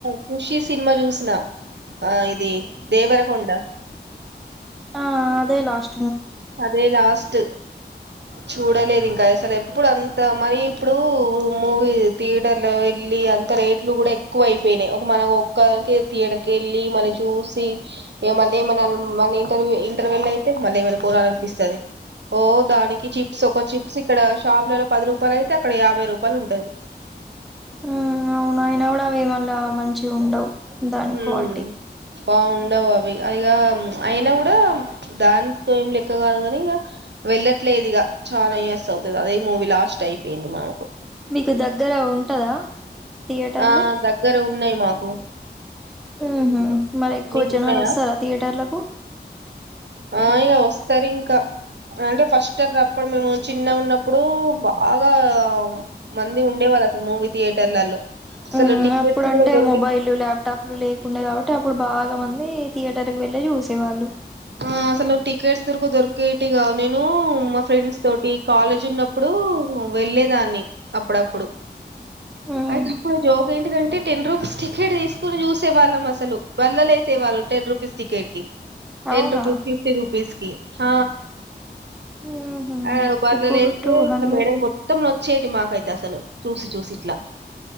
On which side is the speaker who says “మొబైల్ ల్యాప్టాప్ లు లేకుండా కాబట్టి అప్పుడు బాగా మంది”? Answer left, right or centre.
Centre